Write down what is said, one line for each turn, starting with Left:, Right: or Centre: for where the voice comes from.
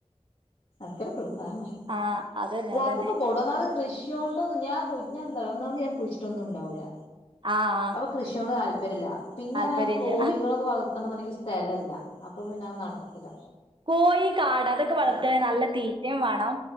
Left: എത്ര <unintelligible>
Right: ആ അതന്നെ അതന്നെ
Left: ഒന്നാമത് കൃഷിയോണ്ടവന്ന് ഞാൻ കു ഞ ന്താറിയോ ഒന്നാമത് ഞാൻ കുയ്ച്ചിട്ടാ ഒന്നുണ്ടാവുല്ല
Right: ആ ആ
Left: അപ്പൊ കൃഷിയോട് താൽ പെരില പിന്നെയർഞ്ഞ
Right: താല്പര്യമില്ല
Left: ഞാൻ കോയികളൊക്കെ വളർത്തണന്നിണ്ടെങ്കി സ്ഥലല്ല അപ്പൊ പിന്നെ അത് നടക്കൂല
Right: കോയി കാട അതൊക്കെ വളർത്തെ
Left: അതാണ്
Right: നല്ല തീറ്റെം വേണം